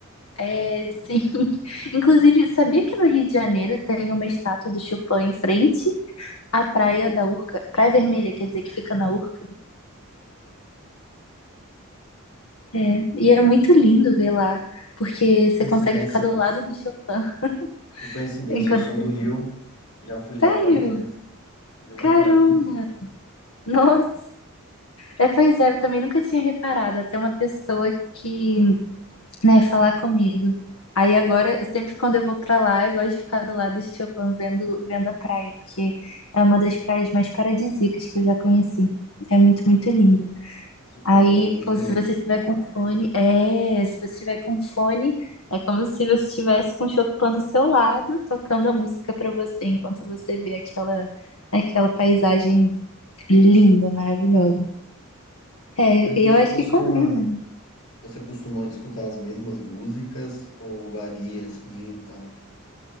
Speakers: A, on the left; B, on the left.
A: É, sim. <laughs> Inclusive, sabia que no Rio de Janeiro tem uma estátua do Chopin em frente à Praia da Urca? Praia Vermelha, quer dizer, que fica na Urca? É. E é muito lindo ver lá, porque você
B: Coincidência.
A: consegue ficar do lado do Chopin <laughs>
B: Que coincidência,
A: enquanto
B: eu sou
A: você...
B: do Rio, já fui lá
A: Sério?
B: várias vezes e não
A: Caramba!
B: reparei isso.
A: Nossa! É, pois é, eu também nunca tinha reparado. Até uma pessoa que né, falar comigo. Aí agora, sempre quando eu vou pra lá, eu gosto de ficar do lado do Chopin vendo, vendo a praia, porque é uma das praias mais paradisíacas que eu já conheci. É muito, muito linda.
B: Com certeza,
A: Aí,
B: lá é muito
A: pô,
B: bonito.
A: se você tiver com fone, é, se você tiver com fone, é como se você estivesse com o Chopin do seu lado, tocando a música pra você, enquanto você vê aquela, aquela paisagem linda, maravilhosa. É,
B: Mas você
A: eu acho
B: costuma,
A: que combina.
B: você costuma escutar as mesmas músicas ou varia assim e tal?